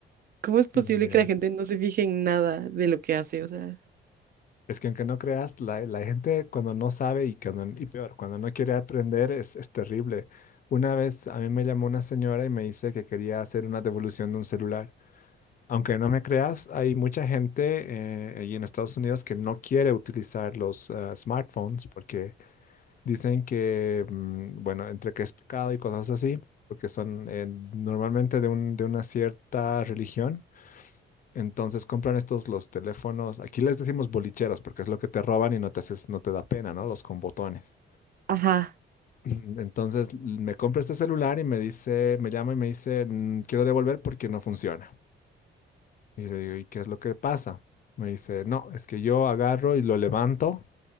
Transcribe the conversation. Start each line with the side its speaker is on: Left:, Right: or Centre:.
Right: ¿Cómo es posible
Left: Qué nivel.
Right: que la gente no se fije en nada de lo que hace? O sea,
Left: Es que aunque no creas, la, la gente cuando no sabe y, cuando, y peor, cuando no quiere aprender es, es terrible. Una vez a mí me llamó una señora y me dice que quería hacer una devolución de un celular. Aunque no me creas, hay mucha gente eh, ahí en Estados Unidos que no quiere utilizar los eh, smartphones porque Dicen que, mm, bueno, entre que es pecado y cosas así, porque son eh, normalmente de un- de una cierta religión. Entonces compran estos los teléfonos, aquí les decimos bolicheros, porque es lo que te roban y no te haces, no te da pena, ¿no? Los con botones.
Right: ajá,
Left: <clears throat> Entonces l- me compra este celular y me dice, me llama y me dice, "Mm, quiero devolver porque no funciona. Y le digo, ¿y qué es lo que pasa? Me dice, no, es que yo agarro y lo levanto